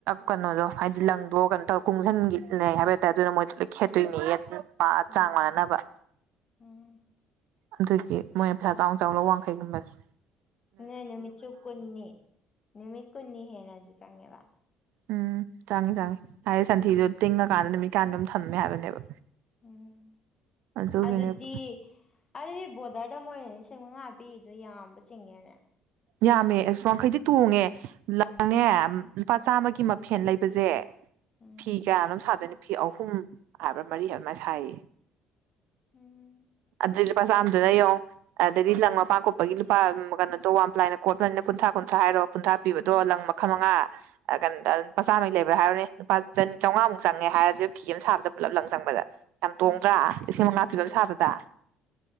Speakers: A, on the right; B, on the left.
A: ꯀꯩꯅꯣꯗꯣ ꯍꯥꯏꯗꯤ ꯂꯪꯗꯣ ꯀꯩꯅꯣ ꯇꯧ ꯀꯨꯡꯁꯤꯟꯒꯤꯅꯦ ꯍꯥꯏꯕ ꯇꯔꯦ ꯑꯗꯨꯅ ꯃꯣꯏꯗꯣ ꯂꯣꯡꯅ ꯈꯦꯠꯇꯣꯏꯅꯦ ꯑꯗꯨꯅ꯫ ꯄꯥ
B: ꯎꯝ
A: ꯆꯥꯡ ꯃꯥꯟꯅꯅꯕ
B: ꯎꯝ
A: ꯑꯗꯨꯒꯤ ꯃꯣꯏꯅ ꯄꯩꯁꯥ ꯆꯥꯎꯅ ꯆꯥꯎꯅ ꯋꯥꯡ ꯊꯕꯁ <unintelligible>
B: ꯅꯣꯏ ꯅꯨꯃꯤꯠꯁꯨ ꯀꯨꯟꯅꯤ ꯅꯨꯃꯤꯠ ꯀꯨꯟꯅꯤ ꯍꯦꯟꯅꯁꯨ ꯆꯪꯉꯦꯕ꯫
A: ꯎꯝ ꯆꯪꯉꯦ-ꯆꯪꯉꯦ ꯍꯥꯏꯗꯤ ꯁꯟꯊꯤꯁꯨ ꯇꯤꯡꯉꯀꯥꯟꯗ ꯅꯨꯃꯤꯠ ꯀꯥꯌꯥꯅꯤꯅꯣ ꯑꯃ ꯊꯝꯃꯦ ꯍꯥꯏꯕꯅꯦꯕ꯫
B: ꯎꯝ
A: ꯑꯗꯨꯒꯤꯅꯦꯕ
B: ꯑꯗꯨꯗꯤ ꯑꯩꯗꯤ ꯕꯣꯔꯗꯔꯗ ꯃꯣꯔꯦ ꯂꯤꯁꯤꯡ ꯃꯉꯥ ꯄꯤꯔꯤꯗꯣ ꯌꯥꯝꯕ ꯆꯤꯡꯉꯦꯅꯦ?
A: ꯌꯥꯝꯃꯦ ꯑꯁ ꯋꯥꯡꯈꯩꯗꯤ ꯇꯣꯡꯉꯦ ꯂꯪꯅꯦ ꯂꯨꯄꯥ ꯆꯥꯝꯃꯒꯤ ꯃꯐꯦꯟ ꯂꯩꯕꯖꯦ
B: ꯎꯝ
A: ꯐꯤ ꯀꯌꯥꯅꯣꯝ ꯁꯥꯗꯣꯏꯅꯤ ꯐꯤ ꯑꯍꯨꯝ ꯍꯥꯏꯕ꯭ꯔꯥ ꯃꯔꯤ ꯍꯥꯏꯕ꯭ꯔꯥ ꯑꯃꯥꯏ ꯁꯥꯏꯌꯦ
B: ꯎꯝ
A: ꯑꯗꯩ ꯂꯨꯄꯥ ꯆꯥꯝꯗꯨꯅ ꯌꯦꯡꯉꯣ ꯑꯗꯒꯤ ꯂꯪ ꯃꯄꯥꯟ ꯀꯨꯞꯄꯒꯤ ꯂꯨꯄꯥ ꯀꯩꯅꯣꯗꯣ ꯋꯥꯟ ꯄ꯭ꯂꯥꯏꯅ ꯀꯣꯠꯄꯅꯤꯅ ꯀꯨꯟꯊ꯭ꯔꯥ ꯀꯨꯟꯊ꯭ꯔꯥ ꯍꯥꯏꯔꯣ ꯀꯨꯟꯊ꯭ꯔꯥ ꯄꯤꯕꯗꯣ
B: ꯎꯝ
A: ꯂꯪ ꯃꯈꯜ ꯃꯉꯥ ꯑꯥ ꯀꯩꯅꯣꯗꯥ ꯂꯨꯄꯥ ꯆꯥꯝꯃꯩ ꯂꯩꯕ ꯍꯥꯏꯔꯣꯅꯦ ꯂꯨꯄꯥ ꯆꯟ ꯆꯧꯉꯥꯃꯨꯛ ꯆꯪꯉꯦ ꯍꯥꯏꯔꯖꯦ ꯐꯤ ꯑꯃ ꯁꯥꯕꯗ ꯄꯨꯂꯞ ꯂꯪ ꯆꯪꯕꯗ ꯌꯥꯝ
B: ꯎꯝ
A: ꯇꯣꯡꯗ꯭ꯔꯥ ꯂꯤꯁꯤꯡ ꯃꯉꯥ ꯄꯤꯕ
B: ꯇꯣꯡꯉꯣ
A: ꯑꯃ ꯁꯥꯕꯗ